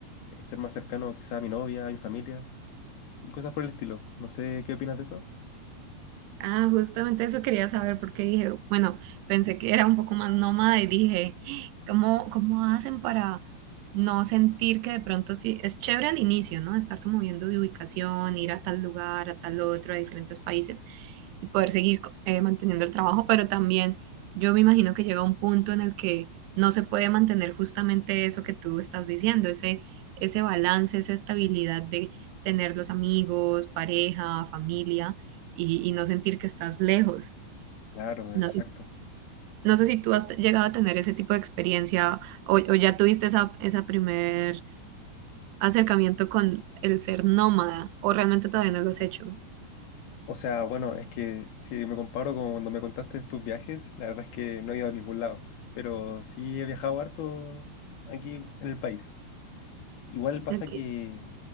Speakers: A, on the left; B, on the right.
A: eh, ser más cercano quizá a mi novia, a mi familia y cosas por el estilo. No sé qué opinas de eso.
B: Ah, justamente eso quería saber porque dije, bueno, pensé que era un poco más nómada y dije, "Ah, ¿cómo, cómo hacen para no sentir que de pronto sí, es chévere al inicio, ¿no? Estarse moviendo de ubicación, ir a tal lugar, a tal otro, a diferentes países, y poder seguir co- eh, manteniendo el trabajo, pero también yo me imagino que llega un punto en el que no se puede mantener justamente eso que tú estás diciendo, ese, ese balance, esa estabilidad de tener los amigos, pareja, familia y, y no sentir que estás lejos.
A: Claro,
B: No
A: exacto.
B: sé, si- no sé si tú has llegado a tener ese tipo de experiencia o, o ya tuviste esa, esa primer acercamiento con el ser nómada o realmente todavía no lo has hecho.
A: O sea, bueno, es que si me comparo con cuando me contaste de tus viajes, la verdad es que no he ido a ningún lado, pero sí he viajado harto aquí en el país. Igual pasa
B: Ok.
A: que